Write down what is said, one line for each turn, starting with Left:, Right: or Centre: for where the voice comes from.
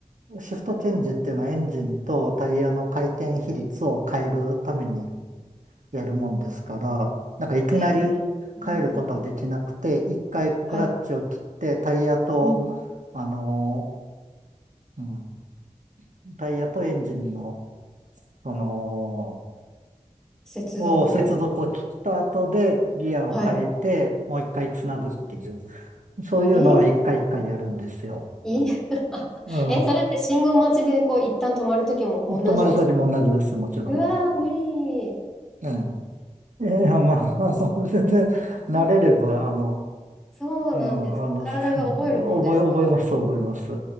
Right: シフトチェンジっていうのはエンジンとタイヤの回転比率を変えるためにやるもんですから、なんかいきなり変えることはできなくて、
Centre: へえ。へえ
Right: 一回クラッチを切ってタイヤと、
Centre: はい。うん
Right: あのうん、タイヤとエンジンの、その、
Centre: 接続み。
Right: を接続を切った後でギアを変えて、
Centre: はい。
Right: もう一回つなぐっていう、そういうのを一回一回やるんですよ。
Centre: えー <laughs> いい。<laughs>
Right: うん。
Centre: え、それって信号待ちでこう一旦止まるときも同じですか
Right: 泊まるときも同じです、もちろん。
Centre: うわー、無理。
Right: ええ。いや、まあ、<laughs> あの、全然慣れれば、
Centre: え、
Right: あの、
Centre: そうなんですか。
Right: うん、あの、
Centre: 体が覚えるもんですか
Right: <laughs> す覚え、覚えます、覚えます。